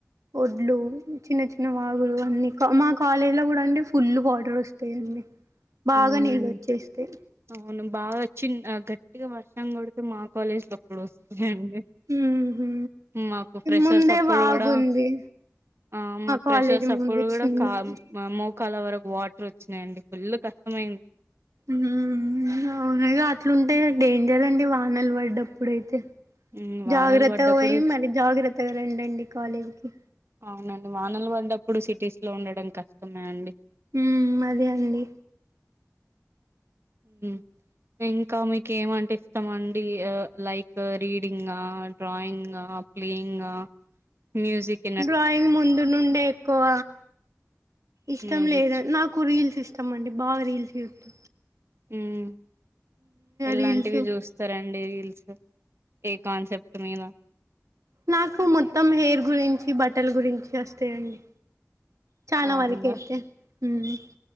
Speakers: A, on the right (about 75°); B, on the right (about 50°).
A: ఒడ్లు చిన్న చిన్న వాగులు అన్నీ మా కాలేజీలో కూడా అండి ఫుల్ వాటర్ వస్తుంది బాగా
B: అవునండి
A: నీళ్ళు వచ్చేస్తాయి
B: అవును బాగా వచ్చి గట్టిగా వర్షం కొడితే మా కాలేజ్ లో డవస్తాయండి
A: ఉహు
B: మాకు ఫ్రెషర్స్
A: ముందే
B: అప్పుడు
A: వాగుంది
B: కూడా ఆ మా ఫ్రెషర్స్
A: కాలేజీ
B: అప్పుడు
A: ముందు
B: కూడా
A: చిన్నది
B: కాం మోకాల వరకు వాటర్ వచ్చినాయండి ఫుల్ కష్టమైంది
A: మ్ అవునుగా అట్లుంటే డేంజరండి వానలు పడ్డప్పుడైతే
B: మ్ వానలు
A: జాగ్రత్తగా
B: పడ్డప్పుడు
A: పోయి మరి జాగ్రత్తగా రండండి కాలేజీకి
B: అవునండి వానలు పడ్డప్పుడు సిటీస్ లో ఉండడం కష్టమే అండి
A: మ్మ్ అదే అండి
B: మ్మ్ ఇంకా మీకు ఏమంటే ఇష్టం అండి లైక్ రీడింగా డ్రాయింగా ప్లేయింగా ఆ మ్యూజక్
A: డ్రాయింగ్ ముందు నుండే ఎక్కువ ఇష్టం
B: మ్యూజిక్
A: లేదు నాకు క్కు రీల్స్ ఇష్టమండి బాగా రీల్స్ చూస్తా
B: ఉమ్ ఇలాంటివి
A: రీల్స్
B: చూస్ సరండి రీల్స్ ఏ కాన్సెప్ట్ మీద
A: నాకు మొత్తం హెయిర్ గురించి బట్టలు గురించి వస్తాయండి చాలా
B: అవునా
A: వరకు అయితే మ్